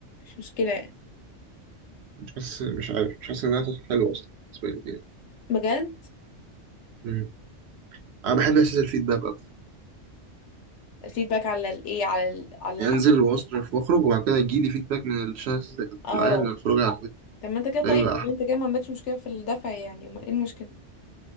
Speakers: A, on the left; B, on the right.
A: مش مشكلة يعني.
B: مش حاسس مش عارف مش حاسس إن ده إحساس حلو أصلا بالنسبة لي
A: بجد
B: مم. أنا بحب إحساس الفيدباك أكتر
A: الفيدباك على الايه على ال... على الحق
B: يعني أنزل وأصرف وأخرج وبعد كده يجيلي فيدباك من الشخص اللي كانت
A: اه
B: معايا إن الخروج عجبتني
A: طب ما انت كده طيب
B: ده بيبقى
A: ولا
B: أحلى
A: انت كده ما عندكش مشكلة في الدفع يعني امال ايه المشكلة